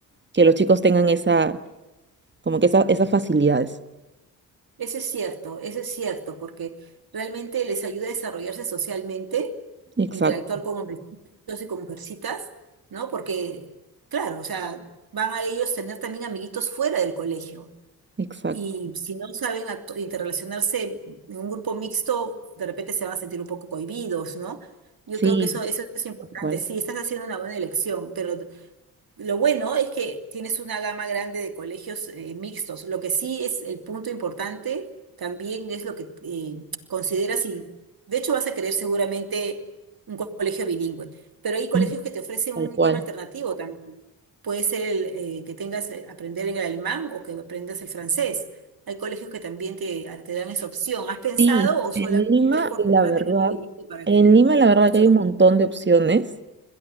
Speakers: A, on the right; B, on the right.
A: que los chicos tengan esa como que esa- esas facilidades.
B: Eso es cierto, eso es cierto, porque realmente les ayuda a desarrollarse socialmente,
A: Exacto,
B: interactuar con hombrecitos y con mujercitas, ¿no? Porque, claro, o sea, van a ellos tener también amiguitos fuera del colegio.
A: exacto.
B: Y si no saben actu- interrelacionarse en un grupo mixto, de repente se van a sentir un poco cohibidos, ¿no? Yo
A: Sí,
B: creo que eso, eso es importante.
A: tal cual.
B: Sí, estás haciendo una buena elección, pero lo bueno es que tienes una gama grande de colegios eh, mixtos. Lo que sí es el punto importante también es lo que eh, consideras y de hecho vas a querer seguramente un co- colegio bilingüe, pero
A: Sí,
B: hay colegios que te ofrecen
A: tal
B: un
A: cual.
B: idioma alternativo también. Puede ser el, eh, que tengas eh, aprender el alemán o que aprendas el francés. Hay colegios que también te, te dan esa opción. ¿Has pensado
A: Sí,
B: o solamente
A: en Lima,
B: quieres concentrarte
A: la verdad,
B: en el bilingüe para
A: en
B: que
A: Lima, la verdad
B: los
A: que
B: chicos...
A: hay un montón de opciones.